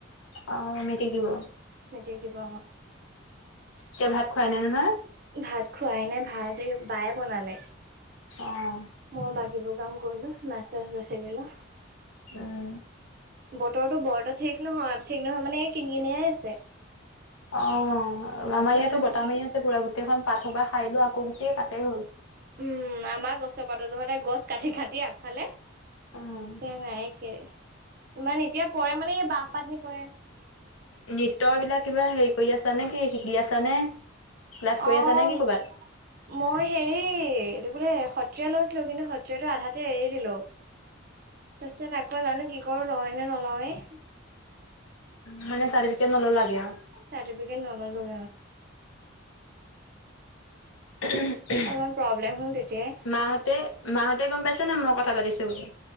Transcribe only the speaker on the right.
মেট্ৰিক দিব অ
ভাত খোৱাই নাই ভাত এই বায়ে বনালে
মই বাকীবোৰ কাম কৰিলো মাছ চাছ বাচি গিলো
বতৰটো বৰটা ঠিক নহয় ঠিক নহয় মানে কিন কিনিয়ে আছে
তেওঁলোকে
উম আমাৰ গছৰ পাতৰ তহঁতে গছ কাটি খাটি আগফালে
এ নাইে ইমান এতিয়া পৰে মানে এই বাঁহপাতিনি পৰে
অ
মই
হেৰি এইটো বোলে সত্ৰীয়া লৈছিলো কিন্তু সত্ৰীয়াটো আধাতে এৰি দিলো তাৰিছত আকৌ জানো কি কৰো লয়ে নে নলওঁৱে
চাৰ্িফিকেট নল'লো
অলপমান প্ৰব্লেম হল তেতিয়া